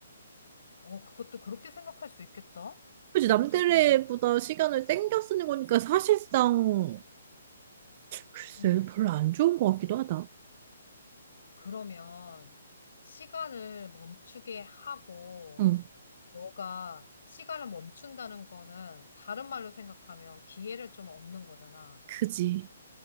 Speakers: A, on the left (about 70°); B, on the right (about 40°).
A: 어, 그것도 그렇게 생각할 수 있겠다.
B: 그치, 남들보다
A: 진짜 그러네.
B: 시간을 땡겨 쓰는 거니까 사실상 글쎄
A: 응.
B: 별로 안 좋은 것 같기도 하다.
A: 그러면 시간을 멈추게 하고
B: 응,
A: 너가 시간을 멈춘다는 거는 다른 말로 생각하면 기회를 좀 얻는 거잖아.
B: 그지.